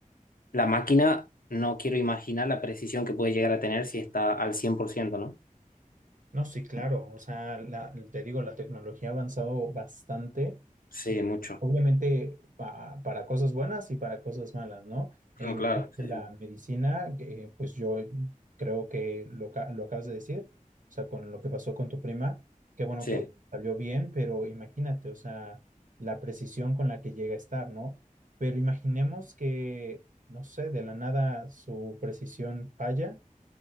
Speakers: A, on the left (about 85°); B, on the right (about 65°).
A: la máquina no quiero imaginar la precisión que puede llegar a tener si está al cien por ciento ¿no?
B: No, sí, claro. O sea, la- te digo, la tecnología ha avanzado bastante,
A: Sí, mucho.
B: obviamente pa- para cosas buenas y para cosas malas, ¿no? En
A: No, claro.
B: la parte
A: Sí,
B: de la
A: sí.
B: medicina, que, pues yo creo que lo, ca- lo acabas de decir, o sea, con lo que pasó con tu prima, qué bueno
A: Sí.
B: que salió bien, pero imagínate, o sea, la precisión con la que llega a estar, ¿no? Pero imaginemos que, no sé, de la nada su precisión falla